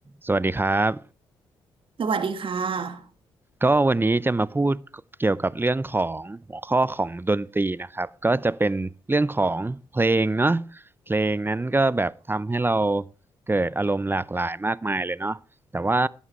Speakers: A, on the right; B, on the right.
A: สวัสดีครับ
B: สวัสดีค่ะ
A: ก็วันนี้จะมาพูดเกี่ยวกับเรื่องของหัวข้อของดนตรีนะครับก็จะเป็นเรื่องของเพลงเนาะเพลงนั้นก็แบบทำให้เราเกิดอารมณ์หลากหลายมากมายเลยเนาะแต่ว่า